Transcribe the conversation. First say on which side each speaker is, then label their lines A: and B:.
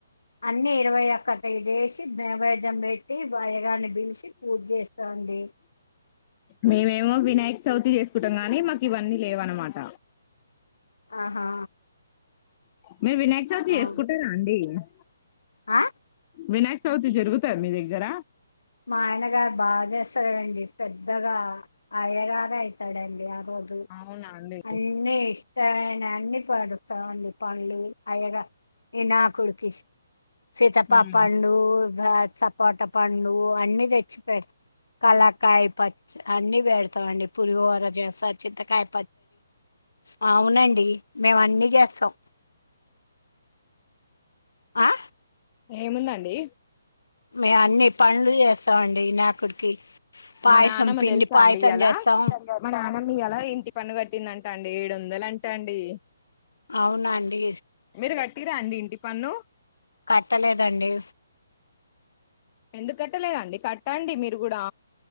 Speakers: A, on the left; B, on the left.
A: అన్ని ఇరవై ఒక్క తద వేసి నైవేద్యం పెట్టి అయగర్ని పిలిచి పూజ చేస్తాారు తండి
B: మేమేమో వినాయక్ చవితి చేసుకుంటాం గాని మాకు ఇవన్నీ లేవ అనమాట
A: ఆహా
B: మీరు వినాయక చవితి
A: అవు
B: చేసుకుంటారా అండి అ
A: ఆ
B: వినాయక చౌతి జరుగుతాద మీ దగ్గర
A: మా ఆయన గారు బాగా చేస్తారువండి పెద్దగా అయగా అయితడండి ఆ రోజు
B: అవునా అండి
A: అన్నిీ ఇష్టన అన్ని పడుతామండి పళ్లు అయ్యగా ఇ నా కుడుకి శీతప్ప
B: ఉమ్.
A: పాండు సపోటా పండు అన్ని తెచ్చి పెడతా కళాకాయ పచ్చి అన్ని పెడతామండి పులిహోర చేస్త చింతకాయ ఆ అవునండి మేము అన్నీ చేస్తాం ఆ
B: ఏముందండి
A: మేము అన్ని పనులు చేస్తామండి వినాయకుడికి పాయసం
B: మా నానమ్మ
A: పిండి
B: తెలుసా
A: పాయసం
B: అండి ఇయ్యాల
A: చేస్తాం
B: మన అమమ్మ అలా ఇంటి పను కట్టింద అంటా అండి ఏడు వందల అంటా అండి
A: అవునండి
B: మీరు కట్టీరా అండి ఇంటి పన్ను
A: కట్టలేదండి
B: ఎందుకు కట్టలేదండి కట్టండి మీరు కూడా